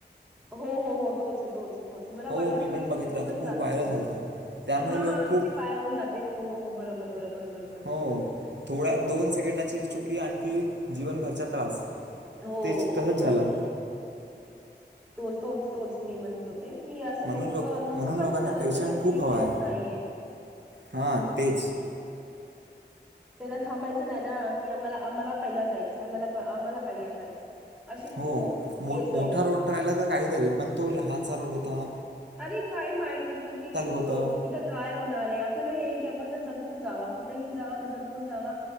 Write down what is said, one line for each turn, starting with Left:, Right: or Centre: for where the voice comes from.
Centre: हो हो हो तोच आहे तोच आहे तोच मला
Right: हो
Centre: वाटलं
Right: मी
Centre: की
Right: पण
Centre: ती
Right: बघितला
Centre: मुलगी पण
Right: तो खूप
Centre: जाते
Right: व्हायरल
Centre: का
Right: झाला
Centre: का
Right: होता त्यामुळे
Centre: ती हा
Right: लोक
Centre: हा
Right: खूप
Centre: तिची पायावरून जाते हो हो हो. बरोबर बरोबर बरोबर.
Right: हो थोडा दोन सेकंडाची चुकी आणखी जीवनभरच्या त्रास
Centre: हो.
Right: तेच तसच झाला
Centre: बरोबर तोच तोच तोच मी म्हणतोते कि असं
Right: म्हणून
Centre: लोक लोक
Right: म्हणून
Centre: पण
Right: लोकांना
Centre: त्यांना
Right: पेशंट खूप
Centre: सिविक
Right: हवा
Centre: सेन्स
Right: आहे
Centre: नाहीय
Right: हां तेच
Centre: त्याना थांबायचं नाही ना की आम्हाला आम्हाला पहिला जायच आम्हाला आम्हाला पहिला जायचं असे खूप
Right: हो मोठा
Centre: केस आहेत.
Right: रोड राहिला तर काहीतरी पण तो लहानसा रोड त
Centre: अरे काय माहित नसत की
Right: होतं
Centre: कुठं काय होणार आहे आपल्याला हे की आपण ज जपून जावा कुठेही जावा तर जपून जावा